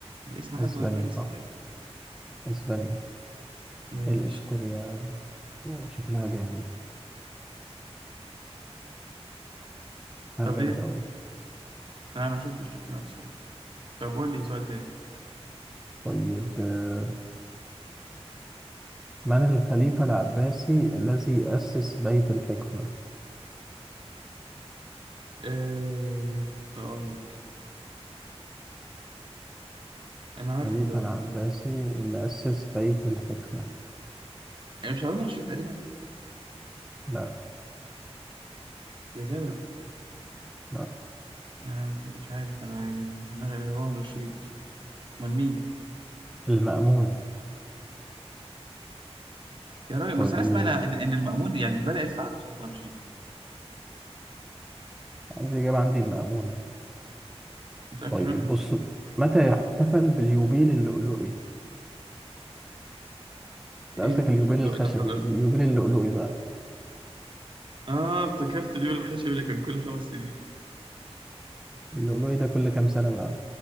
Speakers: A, on the right; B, in the centre.
A: الاسم حاسبه
B: أسبانيا
A: أسباني
B: صح
A: سيكا
B: أسبانيا
A: ماشي
B: الإسكوريا أوه، شكلها جامد شكلها
A: طب
B: جامد
A: إيه
B: أوي
A: أنا ما شفتش شكلها بصراحة طب قول لي سؤال تاني
B: طيب آه، من الخليفة العباسي الذي أسس بيت الحكمة؟
A: أه... أقول لك أنا عارفه
B: الخليفة
A: ده كان
B: العباسي اللي أسس بيت الحكمة
A: يعني مش هارون رشيد تقريبا
B: لا
A: يا جدع
B: لا
A: أنا مش عارف أنا في دماغي هارون رشيد من مين
B: المأمون
A: يا راجل
B: طيب
A: بس أنا أسمع إن إن إن المأمون يعني بدأت في عهد هارون رشيد
B: الإجابة عندي المأمون
A: متأكد
B: طيب
A: منها؟
B: بص متى يحتفل باليوبيل اللؤلؤي؟ سألتك
A: إيه اللي
B: اليوبيل الخشبي
A: اللي ده حضرتك؟
B: اليوبيل اللؤلؤي بقى
A: آه افتكرت اليوم الخشب اللي كان كل خمس سنين
B: اللؤلؤي ده كل كام سنة بقى؟